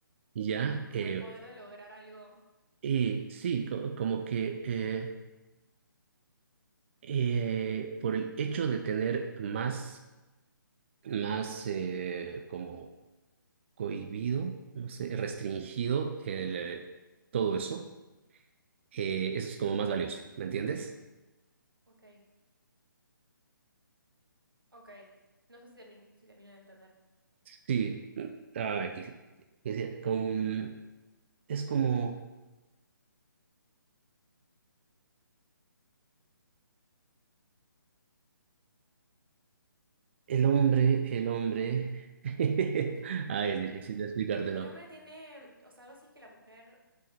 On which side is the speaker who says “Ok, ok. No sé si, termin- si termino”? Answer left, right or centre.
Right